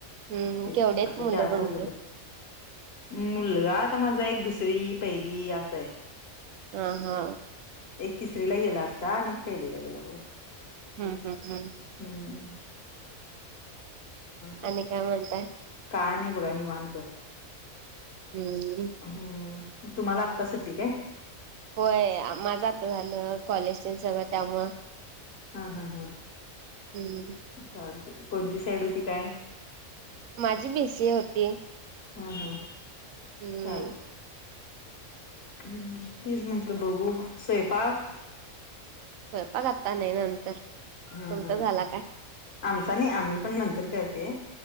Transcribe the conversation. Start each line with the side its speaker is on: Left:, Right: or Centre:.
Right: हम्म
Left: हेच
Right: केवढे आहेत
Left: आता
Right: मुलं
Left: शाळा
Right: तुमची
Left: चालू झालं. मुलगा आता माझा एक दुसरी पहिली असं हाय.
Right: हा हा.
Left: एक तिसरीला गेला आता आणि एक पहिलीला गेला बघा.
Right: हम् हम् हम्.
Left: हम्म. ते
Right: आणि काय म्हणताय
Left: काय नाही बघा निवांत.
Right: हम्म.
Left: हम्म तुम्हाला आत्ता सुट्टी काय?
Right: होय माझं आता झालं कॉलेज तेन सगळ त्यामुळं
Left: हा हा हा.
Right: हम्म.
Left: चालतय, कोणती साईड होती काय?
Right: माझी बी सी ए होती.
Left: हा हा
Right: हम्म
Left: चालेल. हम् तेच म्हटलं बघू स्वयपाक
Right: सैपाक आता नाही नंतर
Left: हा
Right: तुमचा
Left: हा
Right: झाला काय
Left: आमचा नाही, आम्ही पण नंतर करते.